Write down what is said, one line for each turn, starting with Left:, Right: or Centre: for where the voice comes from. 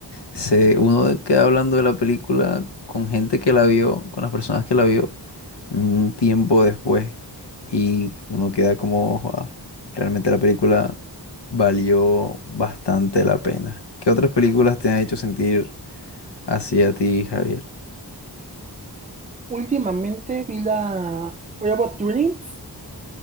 Left: se, uno queda hablando de la película con gente que la vio, con las personas que la vio, un tiempo después. Y uno queda como, "Joda, realmente la película valió bastante la pena. ¿Qué otras películas te han hecho sentir así a ti, Javier?
Right: Últimamente vi la Robot Dreams